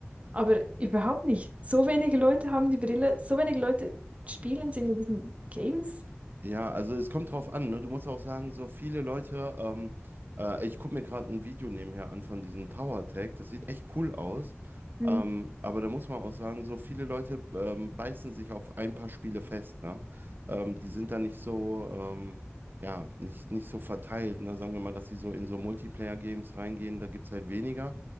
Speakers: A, on the right; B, on the right.
A: Aber überhaupt nicht. So wenige Leute haben die Brille, so wenige Leute spielen sie in diesen Games.
B: Ja, also es kommt drauf an, ne? Du musst auch sagen, so viele Leute, ähm, äh, ich gucke mir gerade ein Video nebenher an von diesem Tower Tag, das sieht echt cool aus.
A: Mhm.
B: Ähm, aber da muss man auch sagen, so viele Leute ähm, beißen sich auf ein paar Spiele fest, ne? Ähm, die sind da nicht so, ähm, ja, nicht, nicht so verteilt, ne? Sagen wir mal, dass sie so in so Multiplayer-Games reingehen, da gibt es halt weniger.